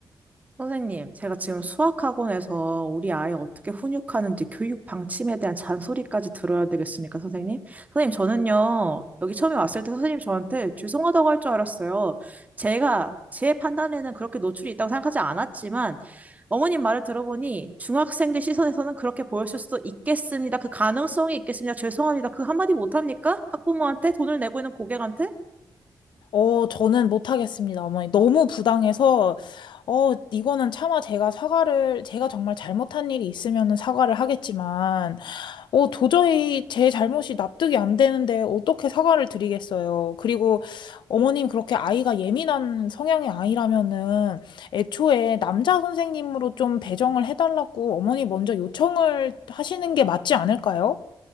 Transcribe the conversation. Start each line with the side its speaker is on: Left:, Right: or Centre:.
Right: 선생님, 제가 지금 수학학원에서 우리 아이 어떻게 훈육하는지 교육 방침에 대한 잔소리까지 들어야 되겠습니까, 선생님? 선생님, 저는요, 여기 처음에 왔을 때 선생님 저한테 죄송하다고 할 줄 알았어요. 제가 제 판단에는 그렇게 노출이 있다고 생각하지 않았지만, 어머님 말을 들어보니 중학생들 시선에서는 그렇게 보였을 수도 있겠습니다. 그 가능성이 있겠습니다. 죄송합니다. 그 한마디 못합니까? 학부모한테? 돈을 내고 있는 고객한테?
Left: 어, 저는 못하겠습니다, 어머니. 너무 부당해서, 어, 이거는 차마 제가 사과를, 제가 정말 잘못한 일이 있으면은 사과를 하겠지만, 어, 도저히 제 잘못이 납득이 안 되는데 어떻게 사과를 드리겠어요. 그리고 어머님 그렇게 아이가 예민한 성향의 아이라면은 애초에 남자 선생님으로 좀 배정을 해달라고 어머니 먼저 요청을 하시는 게 맞지 않을까요?